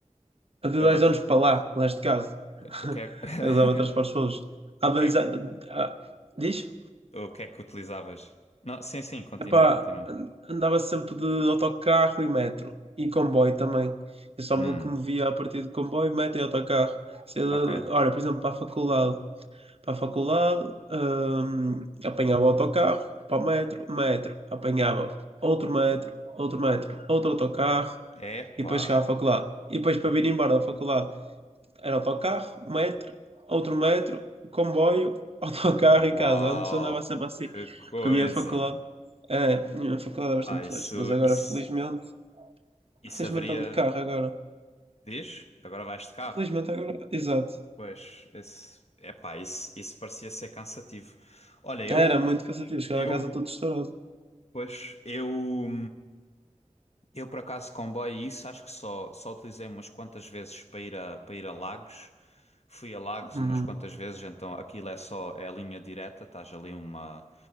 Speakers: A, on the right; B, on the left.
A: Há dez
B: Ah,
A: anos para lá, neste caso. <laughs>
B: o que é... <laughs>
A: Eu usava transportes públicos. Há
B: O
A: 10
B: que é que,
A: anos. Diz?
B: o que é que utilizavas? Não, sim, sim, continua,
A: Epá,
B: continua.
A: an- andava sempre de autocarro e metro. E comboio também. Eu só
B: Hum,
A: me locomovia a partir de comboio, metro e autocarro. Se eu-
B: ok.
A: Ora, por exemplo, para a faculdade. Para a faculdade, hum, apanhava o autocarro, para o metro, metro. Apanhava outro metro, outro metro, outro autocarro.
B: Epá.
A: E depois chegava à faculdade. E depois para vir embora da faculdade, era autocarro, metro, outro metro, comboio, <laughs> autocarro
B: Uau,
A: e casa. Antes andava sempre assim.
B: que coisa.
A: Porque a minha faculdade é, a minha faculdade é bastante
B: Ah, isso,
A: longe, mas agora
B: isso,
A: felizmente,
B: isso
A: felizmente
B: haveria.
A: ando de carro agora.
B: Diz? Agora vais de carro.
A: Felizmente agora, exato.
B: Pois, esse, epá, isso, isso parecia ser cansativo. Olha, eu,
A: Era muito cansativo, chegava
B: eu,
A: a casa todo estourado.
B: pois, eu, Eu, por acaso, comboio, e isso acho que só, só utilizei umas quantas vezes para ir a, para ir a Lagos. Fui a Lagos
A: Uhum.
B: umas quantas vezes, então aquilo é só, é a linha direta, estás ali uma,